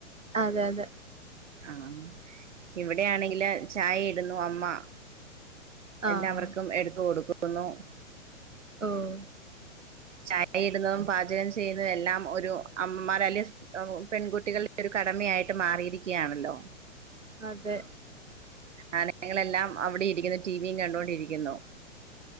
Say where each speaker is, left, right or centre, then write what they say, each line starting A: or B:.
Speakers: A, on the right (about 90°); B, on the right (about 70°).
A: അതെ അതെ
B: ആഹ്. ഇവിടെയാണെങ്കില് ചായ ഇടുന്ന അമ്മ
A: ആഹ്
B: എല്ലാവർക്കും എടുത്ത് കൊടുക്കുന്നു
A: ഓഹ്
B: ചായ ഇടുന്നതും, പാചകം ചെയ്യുന്നതും എല്ലാം ഒരു അമ്മമാർ അല്ലെ പെൺകുട്ടികളുടെ ഒരു കടമയായിട്ട് മാറിയിരിക്കുകയാണല്ലോ.
A: അതെ
B: ആണുങ്ങളെല്ലാം അവിടെ ഇരിക്കുന്ന ടിവിയും കണ്ടൊണ്ടിരിക്കുന്നു